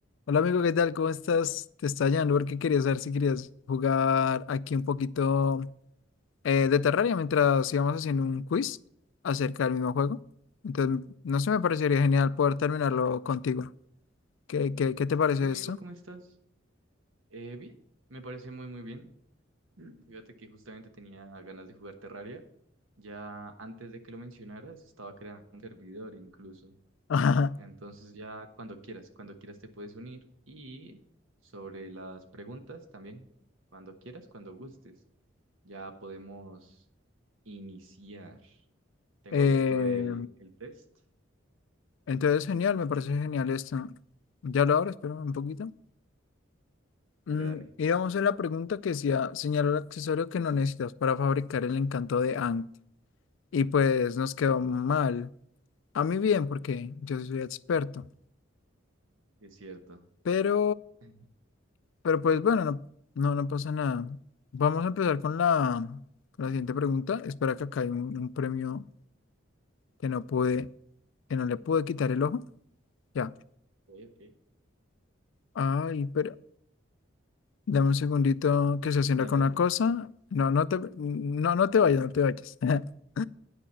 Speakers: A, on the left; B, on the right.
A: Hola amigo, ¿qué tal? ¿Cómo estás? Te estaba llamando porque quería saber si querías jugar aquí un poquito eh, de Terraria mientras íbamos haciendo un quiz acerca del mismo juego. Entonces, no sé, me parecería genial poder terminarlo contigo. ¿Qué, qué, qué te parece
B: Hola amigo,
A: esto?
B: ¿cómo estás? Eh, bien, me parece muy muy bien. Mm. Fíjate que justamente tenía ganas de jugar Terraria. Ya antes de que lo mencionaras, estaba creando un servidor incluso.
A: <laughs> Ajá.
B: Entonces ya cuando quieras, cuando quieras te puedes unir. Y sobre las preguntas también, cuando quieras, cuando gustes, ya podemos iniciar. Tengo
A: Eh,
B: abierto el, el test.
A: entonces, genial, me parece genial esto. Ya lo abro, espera un poquito. Mm,
B: Dale, dale,
A: y vamos a la pregunta que decía, señala el accesorio que no necesitas para fabricar el encanto de Ankh. Y pues nos quedó mal. A mí bien, porque yo soy experto.
B: sí es cierto.
A: Pero,
B: <laughs>
A: pero pues bueno, no, no, no pasa nada. Vamos a empezar con la, con la siguiente pregunta. Espera que acá hay un, un premio que no pude, que no le pude quitar el ojo. Ya.
B: Ok, ok.
A: Ay, pero dame un segundito que se haciendo
B: Dale,
A: con
B: dale,
A: una cosa.
B: no,
A: No, no te, no, no te vayas, no te vayas. <laughs>